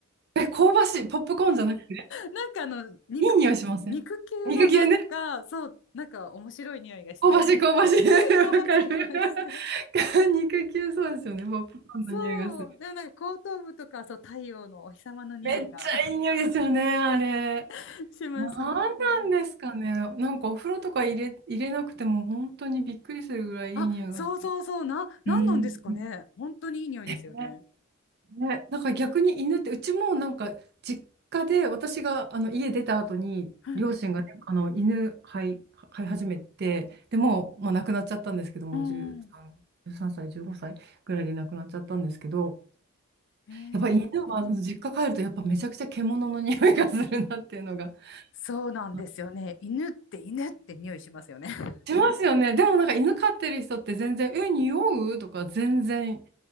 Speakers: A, on the right; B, on the left.
A: え、香ばしいポップコーンじゃなくて
B: なんかあの、肉、
A: いい匂いしません肉球
B: 肉球がなんか、
A: <laughs>
B: そう、なんか面白い匂いがして、
A: 香ばしい香ばしい。<laughs>
B: <laughs>
A: わかる。
B: 香ばしい匂いして。
A: <laughs> 肉球そうですよね。ポップコーンの匂いがする。
B: そう、でもなんか後頭部とか、そう、太陽のお日様の匂いが
A: めっちゃいい匂いですよね、あれ。
B: <laughs> します、
A: なんなんですかね。
B: 本当。
A: なんかお風呂とか入れ、入れなくても本当にびっくりするぐらいいい匂いがする。
B: あ、そうそうそう、な、なんなんですかね。
A: うん。
B: 本当にいい匂いですよね。
A: ねね、なんか逆に犬って、うちもなんか実家で私があの家出た後に両親がね、
B: はい。
A: あの犬飼い、飼い始めて、でもう、まあ、亡くなっちゃったんですけども、
B: うん。
A: 13、1歳、15歳ぐらいで亡くなっちゃったんですけど、
B: えー、
A: やっぱり犬はあの実家帰るとやっぱめちゃくちゃ獣の匂いがするなっていうのが。
B: そうなんですよね。
A: あ
B: 犬って犬って匂いしますよね。
A: しますよね。でもなんか犬飼ってる人って全然、え、匂うとか全然